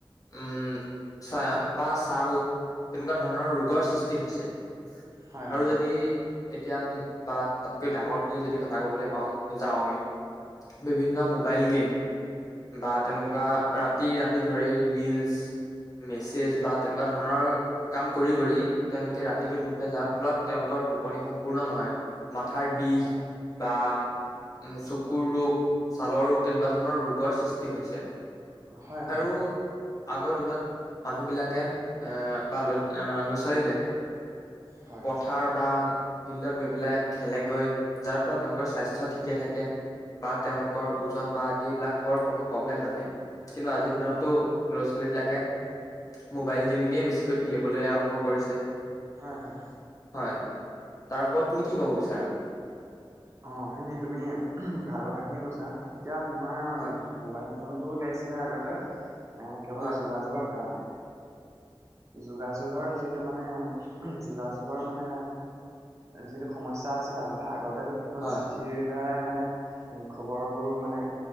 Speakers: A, on the left (about 40°); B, on the right (about 35°).
A: উম চা বা ছাল তেনেকোৱা ধৰণৰ ৰোগৰ সৃষ্টি হৈছে।
B: হয়,
A: আৰু
B: হয়।
A: যদি এতিয়া বা তাতকৈ ডাঙৰখিনি যদি কথা কবলৈ পাওঁ যাওঁ আমি বিভিন্ন মোবাইল গেম বা
B: হয়
A: তেনেকোৱা
B: হয়
A: ৰা তি ৰাতি ধৰি ৰীলচ মেছেজ বা তেনেকোৱা ধৰণৰ কাম কৰি কৰি তেওঁলোকে ৰাতিটো নুশুৱে যাৰ ফলত তেওঁলোকৰ টোপনি সম্পূৰ্ণ নহয়। মাথাই বিষ
B: হয়
A: বা উম চ কুৰ ৰোগ ছালৰ ৰোগ তেনেকোৱা ধৰণৰ ৰোগৰ সৃষ্টি হৈছে।
B: হয় হয়।
A: আৰু আগৰ দিনত মানুহ বিলাকে আহ বা ল ল'ৰা ছালী বিলাকে।
B: হয়
A: পথাৰ বা ফিল্ডত গৈ পেলাই খেলে গৈ, যাৰ ফলত তেওঁলোকৰ স্বাস্থ্য ঠিকে থাকে। বা
B: হয়
A: তেওঁলোকৰ
B: হয়
A: ওজন বা আদিবিলাকৰ কোনো প্ৰব্লেম নাহে কিন্তু আজিৰ
B: উম
A: দিনততো
B: হয়
A: ল'ৰা-ছোৱালী বিলাকে মোবাইল গেমিঙে বেছিকৈ খেলিবলৈ আৰম্ভ কৰিছে।
B: হয় হয়।
A: হয় তাৰ ওপৰত। তুমি কি ক'ব বিচাৰা?
B: অ সেইমি তুমি ভাল কথাখিনিয়ে কৈছা, এতিয়া তোমাৰ
A: হয়
B: ম'বাইল ফোনটো উলিয়াইছিলে আগতে কেৱল
A: হয়
B: যোগাযোগৰ কাৰণে যোগাযোগৰ যিটো মানে উম যোগাযোগৰ মানে যিটো সমস্যা আছিল আগতে আগতেতো কেৱল
A: হয়
B: চিঠিৰ দ্বাৰাই মানে খবৰবোৰ মানে